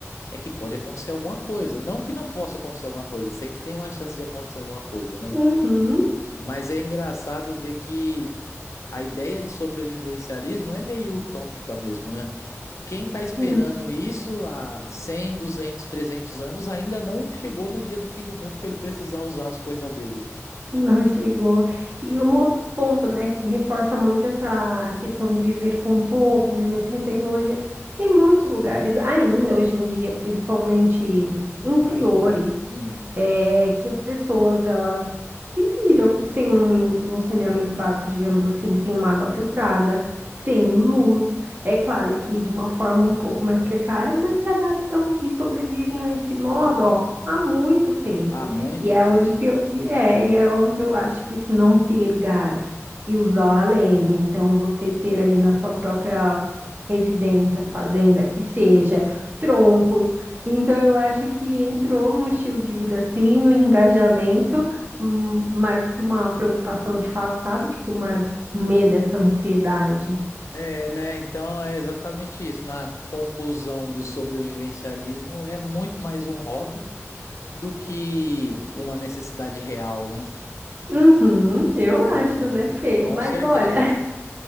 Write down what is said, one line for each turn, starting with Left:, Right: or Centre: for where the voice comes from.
Left: é que pode acontecer alguma coisa. Não que não possa acontecer alguma coisa, sempre tem uma chance de acontecer alguma coisa, né?
Right: uhum.
Left: Mas é engraçado ver que a ideia de sobrevivencialismo é meio utópica mesmo, né? Quem tá esperando
Right: Sim,
Left: isso há 100 200 300 anos ainda não chegou no dia do fim do mundo para ele precisar usar as coisas dele.
Right: não chegou. E um outro ponto, né, que reforça muito essa questão de viver com pouco, viver sem a tecnologia. Tem muitos lugares ainda hoje em dia, principalmente interiores
Left: Ainda. Hum.
Right: é que as pessoas elas se viram sem um, um saneamento básico, digamos assim, sem uma água filtrada, sem luz. É claro que de uma forma um pouco mais precária, mas se adaptam e sobrevivem a esse modo, ó, há muito tempo.
Left: Há muito
Right: E é
Left: tempo.
Right: onde que eu, e é, e é onde eu acho, tipo, isso não ter gás e usar a lenha. Então, você ter ali na sua própria residência, fazenda, que seja, troncos então, eu acho que entrou num estilo de vida assim, no engajamento, hum, mais que uma preocupação de fato, sabe? Tipo, uma, um medo, essa ansiedade.
Left: É, né? Então é exatamente isso. Na conclusão do sobrevivencialismo, é muito mais um hobby do que uma necessidade real, né?
Right: Uhum, eu
Left: Não,
Right: acho, né, Fê?
Left: com
Right: Mas
Left: certeza.
Right: olha,